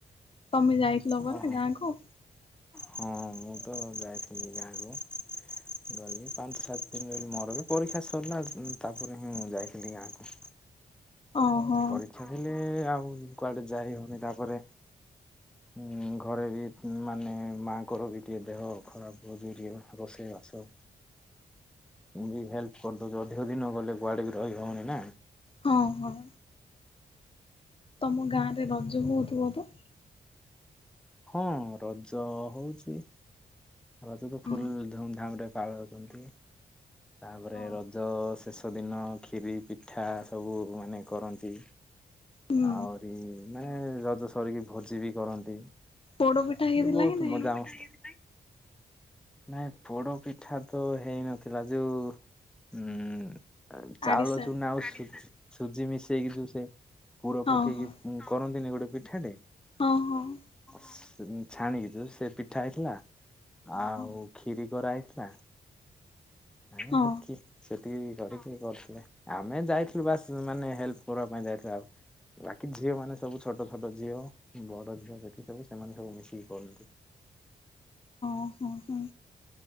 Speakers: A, on the left (about 30°); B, in the centre.
A: ତମେ ଯାଇଥିଲ
B: ଓହୋ
A: ପରେ ଗାଁକୁ।
B: ହଁ ମୁଁ ତ ଯାଇଥିଲି ଗାଁକୁ ଗଲି ପାଞ୍ଚ ସାତ ଦିନ ରହିଲି ମୋର ବି ପରୀକ୍ଷା ସରିଲା ତାପରେ ହିଁ ଯାଇଥିଲି ଗାଁକୁ।
A: ଓହୋ
B: ପରୀକ୍ଷା ଥିଲେ ଆଉ କୁଆଡେ ଯାଇ ହଉନି ତାପରେ ଉଁ ଘରେ ବି ମାନେ ମାଆଙ୍କର ବି ଟିକେ ଦେହ ଖରାପ ହଛି ଟିକେ ରୋଷେଇ ବାସ ମୁ ବି ହେଲ୍ପ କରିଦଉ ଅଧିକ ଦିନ ଗଲେ କୁଆଡେ ବି ରହି ହଉନି ନା।
A: ହଁ ହଁ। ତମ ଗାଁରେ ରଜ ହଉଥିବ ତ।
B: ହଁ ରଜ ହଉଚି। ଆ ତ
A: ହୁଁ
B: ଫୁଲ ଧୁମଧାମ ରେ କାଳେ ଅଛନ୍ତି। ତାପରେ
A: ହଁ
B: ରଜ ଶେଷ ସତ ଦିନ ଖିରି ପିଠା ସବୁ ମାନେ କରନ୍ତି
A: ହୁଁ
B: ଆହୁରି ମାନେ ରଜ ସରିକି ଭୋଜି ବି କରନ୍ତି।
A: ପୋଡପିଠା ହେଇଥିଲା
B: ବହୁତ
A: କି ନାଇଁ?
B: ମଜା ମସ୍ତି ନାଇଁ ପୋଡ ପିଠା ତ ହେଇନଥିଲା ଯୋଉ ଉଁ ଚାଉଳ
A: ଆଡିଶା?
B: ଚୁନା ଆଉ ସେ ସୁଜି ମିଶେଇକି <inaudible> ପୁର
A: ହଁ
B: ପକେଇକି
A: ହଁ
B: କର ତିନି ଗୋଟେ ପିଠାଟେ
A: ହଁ ହଁ <inaudible>
B: ସେ ଦିନ ଛାଣିକି ଯଉ ସେ ପିଠା ହେଇଥିଲା
A: ଓହୋ
B: ଆଉ କ୍ଷୀରି କରାଏ ଥିଲା <inaudible>
A: ହଁ
B: ହେତକି ସେ ଟିକେ ଡରିକି କରିଥିଲେ ଆମେ ଯାଇଥିଲୁ ବାସ୍ ମାନେ ହେଲ୍ପ କରିବା ପାଇଁ ଯାଇଥିଲୁ ଆଉ ବାକି ଝିଅ ମାନେ ସବୁ ଛୋଟ ଛୋଟ ଝିଅ ବଡ ଝିଅ ସେଠି ସବୁ ସେମାନେ ସବୁ ମିଶିକି କରନ୍ତି
A: ଓ ହୋ ହୋଁ